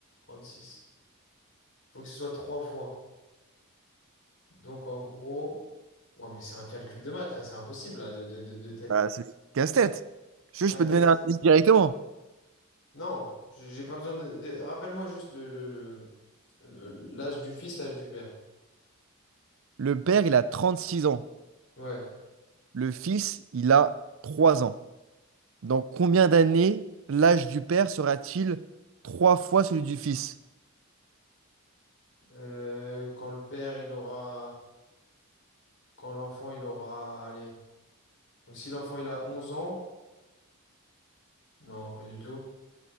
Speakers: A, on the left; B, on the right.
A: six Il faut que ce soit trois fois. Donc, en gros. Ouais, mais c'est un calcul de maths là, c'est impossible là, de, de, de, de tête.
B: Bah, c'est casse-tête. Je,
A: C'est
B: je
A: un
B: peux
A: casse.
B: te donner un indice directement.
A: Non, j'ai j'ai pas besoin de. de- Rappelle-moi juste le, le, le- le- l'âge du fils, l'âge du père.
B: Le père, il a 36 ans.
A: Ouais.
B: Le fils, il a 3 ans. Dans combien d'années l'âge du père sera-t-il 3 fois celui du fils?
A: Euh, quand le père, il aura. Quand l'enfant, il aura... Allez. Donc si l'enfant, il a onze ans... Non, pas du tout.